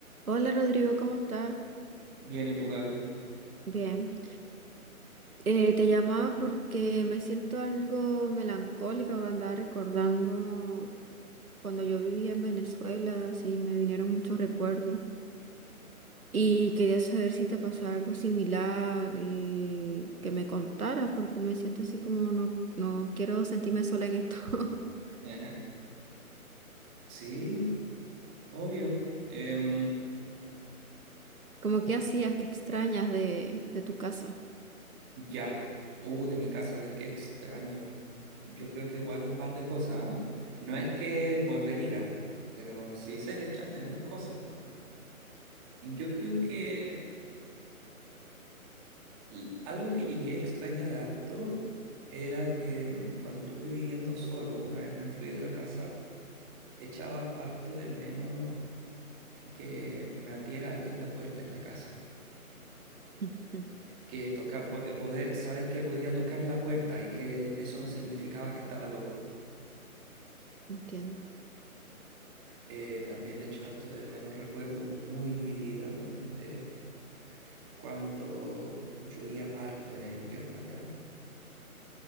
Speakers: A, on the right (about 75°); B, on the right (about 15°).
A: Hola Rodrigo, ¿cómo estás?
B: Bien, ¿y tú, Gaby?
A: Bien. Eh, te llamaba porque me siento algo melancólica, porque andaba recordando cuando yo vivía en Venezuela, así me vinieron muchos recuerdos. Y quería saber si te pasaba algo similar y que me contaras, porque me siento así como no, no quiero sentirme sola en esto. <laughs>
B: Ajá. Sí, obvio. Em,
A: Como qué hacías, qué extrañas de, de tu casa.
B: ya. Uh, de mi casa, a ver qué extraño. Yo creo que igual un par de cosas, ¿ah? No es que volvería, pero sí se echan de menos cosas, po. Y Yo creo que l- algo que llegué a extrañar harto era que mm, cuando estuve viviendo solo, una vez me fui de la casa, echaba harto de menos que me abriera alguien la puerta en la casa.
A: Ujú,
B: que toca, po- eh, poder, saber que podía tocar la puerta y que eso no significaba que estaba loco.
A: Entiendo.
B: Eh, también echo harto de menos, recuerdo muy vividamente cuando llovía harto en el invierno allá.